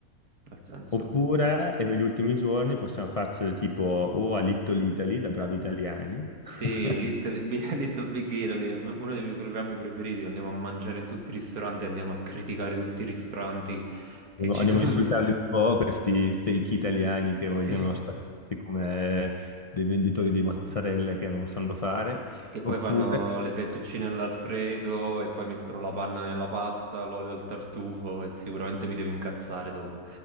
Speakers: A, on the right; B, on the left.
A: Nel senso...
B: Oppure, e per gli ultimi giorni possiamo farcelo tipo o a Little Italy da bravi italiani. <laughs>
A: Sì, Little, Bi- <laughs> Little Big Italy è m- uno dei miei programmi preferiti, andiamo a mangiare in tutti i ristoranti, andiamo a criticare tutti i ristoranti che
B: Andiamo
A: ci
B: andiamo
A: sono
B: a insultarli
A: lì.
B: un po', questi fake italiani che
A: <laughs>
B: vogliono
A: Sì.
B: spararsi come dei venditori di mozzarella che non sanno fare.
A: Che poi
B: Oppure...
A: fanno le fettuccine all'Alfredo e poi mettono la panna nella pasta, l'olio al tartufo e sicuramente mi devo incazzare dopo.